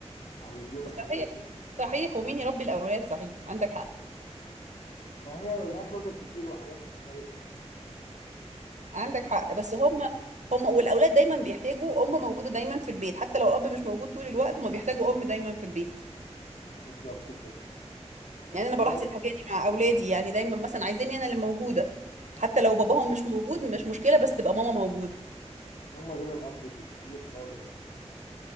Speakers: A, on the left; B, on the right.
A: او يديهم الحنان
B: صحيح
A: كده
B: صحيح ومين يربي الاولاد صحيح عندك حق
A: فهي وجهات نظر كتير وحاجات مختلفه
B: عندك
A: بس
B: حق بس هم هم والاولاد دايما بيحتاجوا ام موجوده دايما في البيت حتى لو الاب مش موجود طول الوقت هم بيحتاجوا ام دايما في البيت
A: بالظبط كده
B: يعني
A: و
B: انا بلاحظ الحكايه دي مع اولادي يعني دايما مثلا عايزيني انا اللي موجوده حتى لو باباهم مش موجود مش مشكله بس تبقى ماما موجوده
A: هم غير الأب بكتير خالص